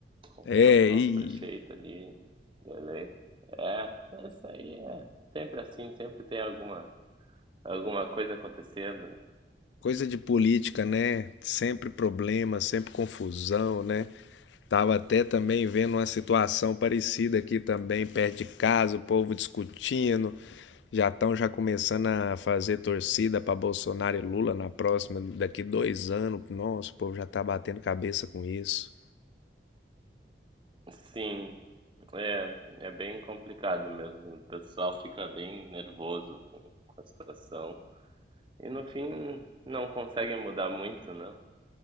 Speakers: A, on the right; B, on the left.
A: Confusão
B: É,
A: com o novo
B: e
A: prefeito ali, eleito. É, mas isso aí é sempre assim, sempre tem alguma, alguma coisa acontecendo, né?
B: coisa de política, né? Sempre problema, sempre confusão, né? Tava até também vendo uma situação parecida aqui também, perto de casa, o povo discutindo, já estão já começando a fazer torcida para Bolsonaro e Lula na próxima, daqui dois anos. Nossa, o povo já tá batendo cabeça com isso.
A: Sim, é, é bem complicado mesmo. O pessoal fica bem nervoso com, com a situação. E no fim não consegue mudar muito, né?